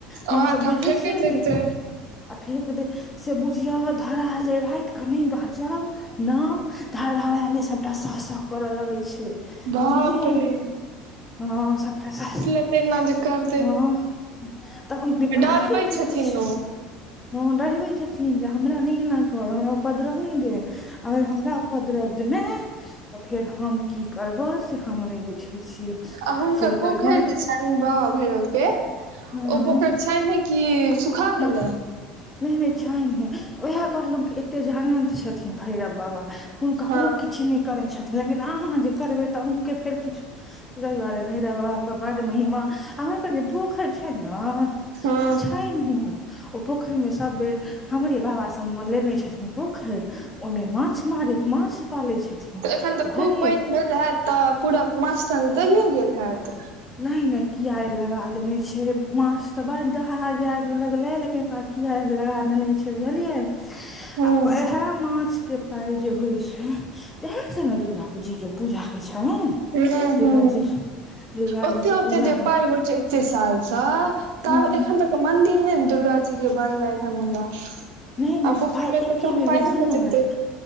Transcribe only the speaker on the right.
ओहा ठाम
फेकैत
हेतै
बाप
रे
ऐना ज कर
डरबै
छथिन
ओ
आ हुनकर
पोखरि
जे बाबा भैरव के
ओ
पोखरि छेहे कि सुखा
गेलै
हँ
हँ
तऽ एखन
तऽ खूब पानि भेल होयैत तऽ पूरा माँछ ताँछ दहियो गेल होैत
हँ
नइ
हँ
ओते
ओते
जे पाय होइ छै एतेक सालस त
एखन तक मंन्दिर नहि दुर्गा जी के बनलनि हे मुदा
आ
पोखरि
मे
तऽ कम
पाइ
नहि
होइत
हेतै